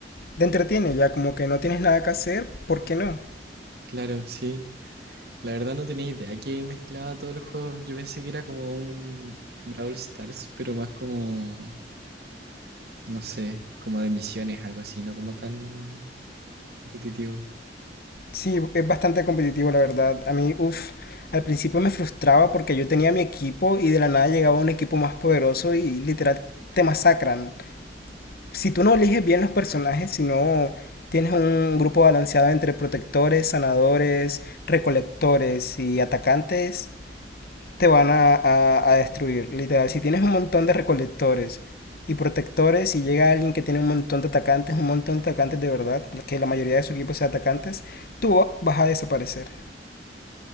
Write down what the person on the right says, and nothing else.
Claro, sí, La verdad no tenía idea que mezclaba todos los juegos. Yo pensé que era como un Brawl Stars, pero más como, no sé, como de misiones, algo así, no como tan competitivo.